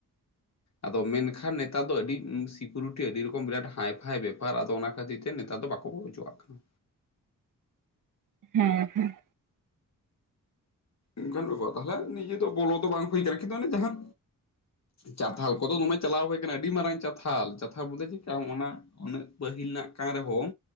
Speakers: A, on the right; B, on the left.
A: <inaudible>
B: ᱟᱫᱚ ᱢᱮᱱᱠᱷᱟᱱ ᱱᱮᱛᱟᱨ ᱫᱚ ᱟᱹᱰᱤ ᱥᱤᱠᱩᱨᱤᱴᱤ ᱟᱹᱰᱤ ᱨᱚᱠᱚᱢ ᱵᱤᱨᱟᱴ ᱦᱟᱭᱯᱷᱟᱭ ᱵᱮᱯᱟᱨ ᱟᱫᱚ ᱚᱱᱟ ᱠᱷᱟᱹᱛᱤᱨ ᱛᱮ ᱱᱮᱛᱟᱨ ᱫᱚ ᱵᱟᱠᱚ ᱵᱚᱞᱚᱦᱚᱪᱚᱭᱟᱜ᱾ ᱪᱚ ᱟᱜ ᱠᱟᱱᱟ᱾
A: ᱦᱮᱸ ᱦᱩᱸ᱾
B: ᱚᱱᱠᱟᱱ ᱵᱮᱯᱟᱨ ᱛᱟᱦᱚᱞᱮ ᱱᱤᱡᱮ ᱫᱚ ᱵᱚᱞᱚ ᱫᱚ ᱵᱟᱝ ᱦᱩᱭ ᱠᱟᱱᱟ ᱠᱤᱱᱛᱩ ᱚᱱᱮ ᱡᱟᱦᱟᱱ ᱪᱟᱛᱷᱟᱞ ᱠᱚᱫᱚ ᱫᱚᱢᱮ ᱪᱟᱞᱟᱣ ᱦᱩᱭ ᱠᱟᱱᱟ, ᱟᱹᱰᱤ ᱢᱟᱨᱟᱝ ᱪᱟᱛᱷᱟᱞ, ᱪᱟᱛᱷᱟ ᱵᱚᱞᱮ ᱪᱮᱫᱠᱟ ᱦᱚᱸᱜ-ᱚᱱᱟ ᱩᱱᱟᱹᱜ ᱯᱟᱹᱦᱤᱞ ᱱᱟᱜ ᱠᱟᱱ ᱨᱮᱦᱚᱸ